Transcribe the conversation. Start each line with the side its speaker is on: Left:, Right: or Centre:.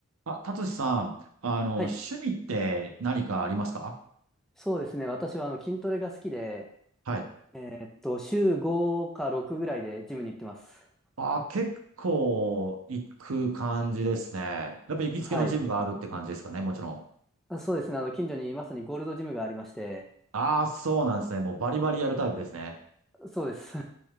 Right: あ、達志さん、あの、
Centre: はい。
Right: 趣味って何かありますか
Centre: そうですね。私はあの筋トレが好きで、
Right: はい。
Centre: えーっと、週5か6ぐらいでジムに行ってます。
Right: あ、結構行く感じですね。やっぱ行きつけのジムがあるって感じですかね、
Centre: はい。
Right: もちろん。
Centre: あそうですね。あの、近所にまさにゴールドジムがありまして、
Right: ああ、そうなんですね。もうバリバリやるタイプですね。
Centre: そうです。